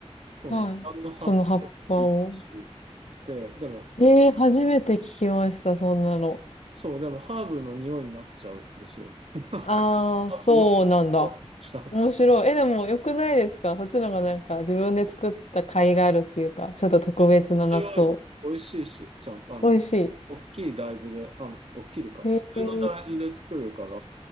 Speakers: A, on the right; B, on the left.
A: その何の葉っぱでもいいしくて、
B: はい。その葉っぱを。
A: でも、
B: ええ初めて聞きました、そんなの。
A: そう、でもハーブの匂いになっちゃうんですよ。<laughs> なんか
B: ああ、
A: ハーブの匂いになっちゃう。
B: そうなんだ。面白い。え、でも良くないですかそっちの方がなんか自分で作った甲斐があるっていうか、ちょっと特別な納豆。
A: 面白いです美味しいし、ちゃんと、あの、
B: 美味し
A: 大きい大豆で、あの、大きいか、
B: い。へえ、
A: 普通の大豆で作るから、